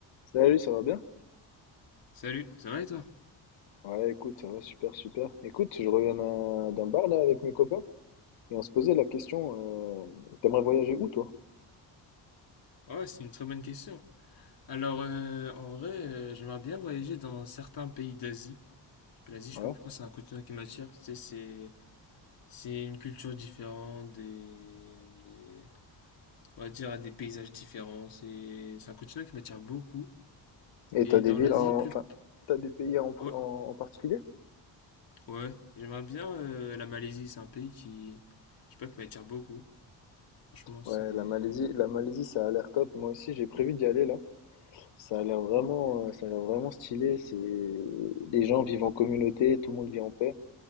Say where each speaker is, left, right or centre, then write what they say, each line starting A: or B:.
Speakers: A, on the left; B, on the left.
A: Salut, ça va bien?
B: Salut, ça va et toi?
A: Ouais, écoute, ça va super, super. Écoute, je reviens d'un d'un bar là avec mes copains et on se posait la question, euh, t'aimerais voyager où toi?
B: Ah Ouais, c'est une très bonne question. Alors, euh, en vrai, euh, j'aimerais bien voyager dans certains pays d'Asie. L'Asie, je
A: Ouais.
B: sais pas pourquoi, c'est un continent qui m'attire. Tu sais, c'est c'est une culture différente, des, des- on va dire des paysages différents. C'est c'est un continent qui m'attire beaucoup.
A: Et
B: Et
A: t'as des
B: dans
A: villes
B: l'Asie,
A: en...
B: plus
A: enfin, t'as des pays en, pr-
B: ouais
A: en, en particulier?
B: ouais, j'aimerais bien euh, la Malaisie. C'est un pays qui, je sais pas, qui m'attire beaucoup. Franchement, c'est
A: Ouais, la Malaisie, la Malaisie, ça a l'air top. Moi aussi, j'ai prévu d'y aller là. Ça a l'air vraiment, euh, ça a l'air vraiment stylé. C'est, les gens vivent en communauté, tout le monde vit en paix.